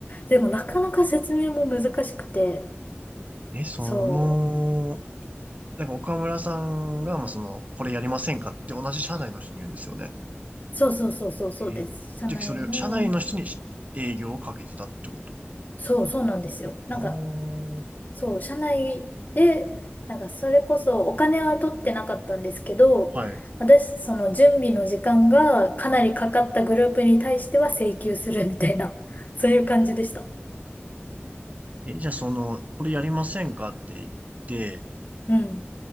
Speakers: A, on the left; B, on the right.
A: でもなかなか説明も難しくて、
B: え、その、
A: そう。
B: なんか岡村さんが、まあ、その、これやりませんかって同じ社内の人に言うんですよね。
A: そうそうそうそうそうです。
B: えー、
A: 社内の、
B: じゃあそれ、社内の人に営業をかけてたってこと
A: そうそうなんですよ。なんか
B: あ
A: そう、社内で、なんかそれこそお金は取ってなかったんですけど、
B: あ、はい。
A: 私、その準備の時間がかなりかかったグループに対しては請求するみたいな、そういう感じでした。
B: え、じゃあその、これやりませんかって言って、
A: うん。